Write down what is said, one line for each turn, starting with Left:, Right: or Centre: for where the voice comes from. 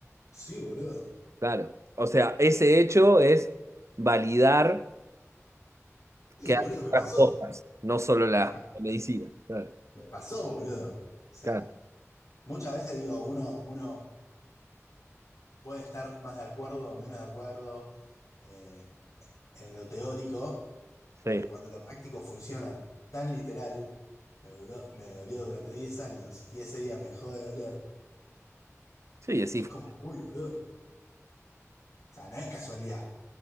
Left: sí, boludo.
Right: claro. O sea, ese hecho es validar.
Left: Y
Right: que
Left: boludo,
Right: hay
Left: me
Right: otras
Left: pasó.
Right: cosas, no solo la
Left: Me, pa-
Right: medicina. Claro,
Left: me pasó, boludo. O sea,
Right: claro,
Left: muchas veces digo, uno, uno puede estar más de acuerdo o menos de acuerdo eh, en lo teórico, pero
Right: sí.
Left: cuando lo práctico funciona tan literal, me duró- me dolió durante 10 años y ese día me dejó de doler.
Right: Sí, así
Left: Es
Right: fue.
Left: como, uy, boludo. O sea, no es casualidad.